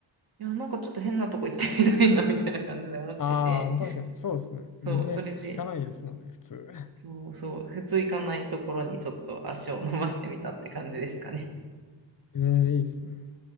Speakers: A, on the right (about 50°); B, on the left (about 45°).
A: いや、なんかちょっと変なとこ行ってみたいな、みたいな感じで思ってて、
B: ああ、確かに、そうですね。
A: そう、
B: 全然行かないですもんね、
A: それで。
B: 普通。
A: そうそう、普通行かないところにちょっと足を伸ばしてみたって感じですかね。
B: えー、いいですね。